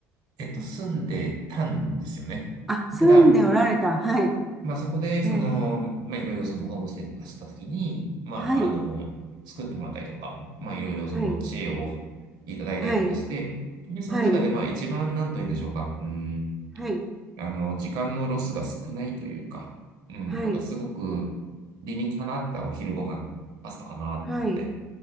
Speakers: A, on the right; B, in the centre.
A: えっと、住んでたんですよね。
B: あ、住んでおられた。
A: ただ、
B: はい。
A: まあ、そこで、その、
B: ええ、
A: まあ、いろいろそのホームステイとかしたときに、まあ、
B: はい。
A: あの、作ってもらったりとか、まあ、いろいろその知恵をいただいたりとかして、
B: はい。はい。
A: で、その中で、
B: はい。
A: まあ、一番、なんというんでしょうか、うん
B: はい。
A: あの、時間のロスが少ないというか、うん、
B: はい。
A: なんかすごく理にかなったお昼ご飯、パスタかなと思って。
B: はい。